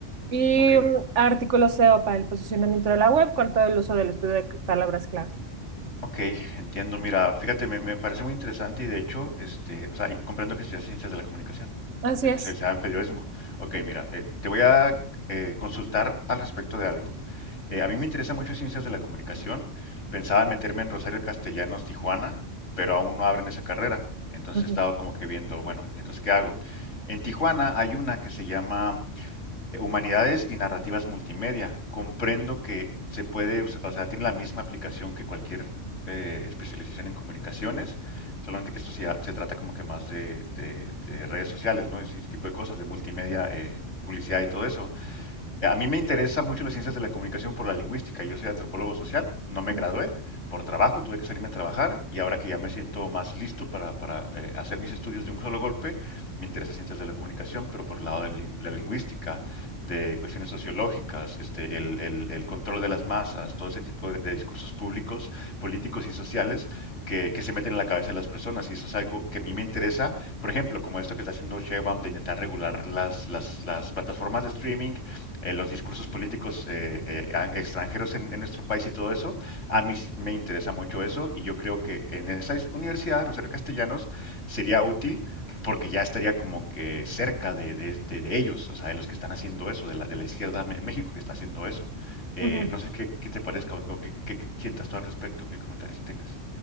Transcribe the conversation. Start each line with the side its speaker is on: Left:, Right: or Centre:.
Right: y
Left: Ok.
Right: mm, artículos SEO para el posicionamiento de la web con todo el uso del estudio de palabras clave.
Left: Ok, entiendo. Mira, fíjate, me, me parece muy interesante y de hecho, este, o sea, y comprendo que estudias ciencias de la comunicación,
Right: Así
Left: especializada
Right: es.
Left: en periodismo. Ok, mira, eh, te voy a eh, consultar al respecto de algo. Eh, a mí me interesa mucho ciencias de la comunicación. Pensaba meterme en Rosario Castellanos, Tijuana, pero aún no abren esa carrera. Entonces
Right: Ujú,
Left: he estado como que viendo, bueno, entonces, ¿qué hago? En Tijuana hay una que se llama Humanidades y Narrativas Multimedia. Comprendo que se puede, us- o sea, tiene la misma aplicación que cualquier eh, especialización en comunicaciones, solamente que esto se, se trata como que más de, de- de redes sociales, ¿no? Ese tipo de cosas, de multimedia, eh, publicidad y todo eso. Eh, A mí me interesa mucho las ciencias de la comunicación por la lingüística. Yo soy antropólogo social, no me
Right: ujú,
Left: gradué por trabajo, tuve que salirme a trabajar y ahora que ya me siento más listo para, para, eh, hacer mis estudios de un solo golpe, me interesa ciencias de la comunicación, pero por el lado de lin- la lingüística, de cuestiones sociológicas, este, el, el- el control de las masas, todo ese tipo de, de discursos públicos, políticos y sociales que, que se meten en la cabeza de las personas y eso es algo que a mí me interesa, por ejemplo, como esto que está haciendo Sheinbaum de intentar regular las, las las plataformas de streaming eh, los discursos políticos eh, eh, extranjeros en, en nuestro país y todo eso, a mí s- me interesa mucho eso y yo creo que en esa es- universidad, Rosario Castellanos, sería útil porque ya estaría como que cerca de, de- de- de ellos, o sea, de los que están haciendo eso, de la, de la izquierda en México que está haciendo eso. Eh,
Right: ujú.
Left: no sé qué, qué te parezca o, o qué, qué sientas tú al respecto, qué comentarios tengas.